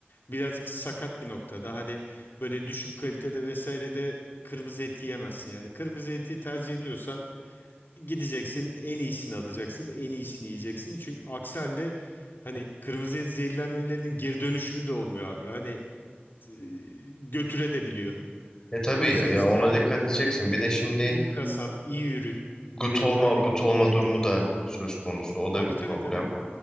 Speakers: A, on the left (about 60°); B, on the left (about 15°).
A: birazcık sakat bir noktada. Hani böyle düşük kalitede vesaire de kırmızı et yiyemezsin. Yani kırmızı eti tercih ediyorsan gideceksin en iyisini alacaksın en iyisini yiyeceksin. Çünkü aksi halde hani kırmızı et zehirlenmelerinin geri dönüşümü de olmuyor abi. Hani e, götüre de biliyor.
B: E tabii
A: O yüzden
B: ya
A: işte
B: ona dikkat edeceksin. Bir de şimdi
A: iyi kasap iyi ürün
B: gut
A: e,
B: olma,
A: hani
B: gut olma durumu da söz konusu. O da
A: tabii
B: bir problem.
A: tabii tabii